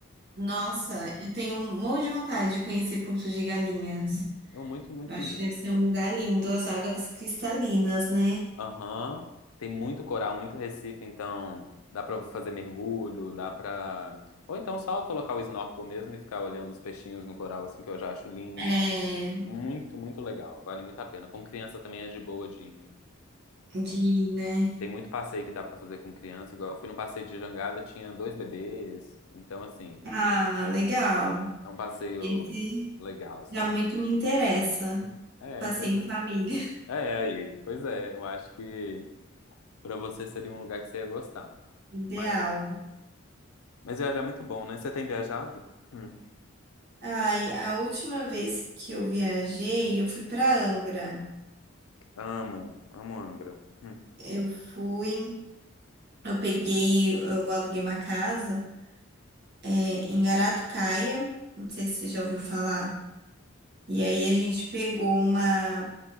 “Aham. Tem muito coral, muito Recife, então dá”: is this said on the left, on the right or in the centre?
Left